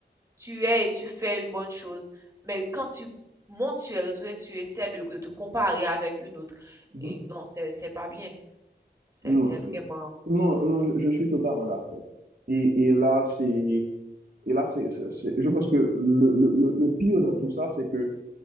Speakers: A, on the right; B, on the right.
A: tu es et tu fais une bonne chose. Mais quand tu montes sur les réseaux et tu essaies de, de te comparer avec une autre,
B: mhm.
A: et non, c'est, c'est pas bien. C'est,
B: Non,
A: c'est vraiment.
B: euh, non, non, je, je suis totalement d'accord. Et, et là, c'est, et là, c'est, c'est- c'est- je pense que le, le, le le pire dans tout ça, c'est que